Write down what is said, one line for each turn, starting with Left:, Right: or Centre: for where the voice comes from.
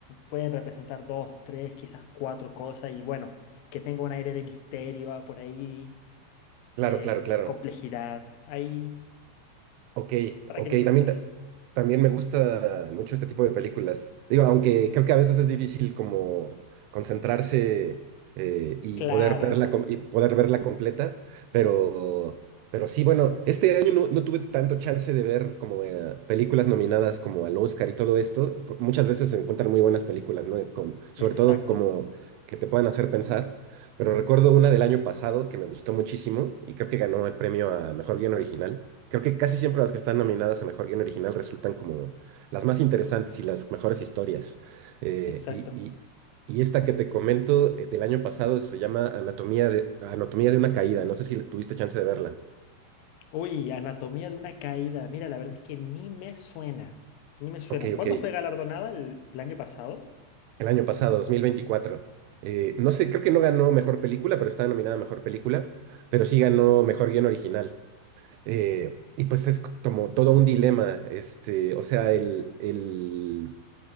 Left: pueden representar dos, tres, quizás cuatro cosas y bueno, que tenga un aire de misterio ah, por ahí,
Right: Claro,
Left: eh,
Right: claro, claro.
Left: complejidad, ahí,
Right: Ok,
Left: para
Right: ok,
Left: que me cuentes.
Right: también, ta- también me gusta mucho este tipo de películas. Digo, aunque creo que a veces es difícil como concentrarse eh, y
Left: Claro,
Right: poder verla, com- y poder verla completa, pero, pero sí, bueno, este año no, no tuve tanto chance de ver como eh, películas nominadas como al Oscar y todo esto. Por- Muchas veces se encuentran muy buenas películas, ¿no? Con, sobre
Left: <laughs> exacto,
Right: todo como que te puedan hacer pensar, pero recuerdo una del año pasado que me gustó muchísimo y creo que ganó el premio a Mejor Guión Original Creo que casi siempre las que están nominadas a Mejor Guión Original resultan como las más interesantes y las mejores historias. Eh,
Left: exacto.
Right: y, y- y esta que te comento eh, del año pasado se llama Anatomía de, Anatomía de una Caída. No sé si tuviste chance de verla.
Left: Uy, Anatomía de una caída. Mira, la verdad es que ni me suena. Ni me suena.
Right: Ok,
Left: ¿Cuándo
Right: ok.
Left: fue galardonada? ¿El, el año pasado?
Right: El año pasado, 2024. Eh, no sé, creo que no ganó Mejor Película, pero está nominada a Mejor Película, pero sí ganó Mejor Guión Original. Eh, y pues es co- como todo un dilema, este, o sea, el, el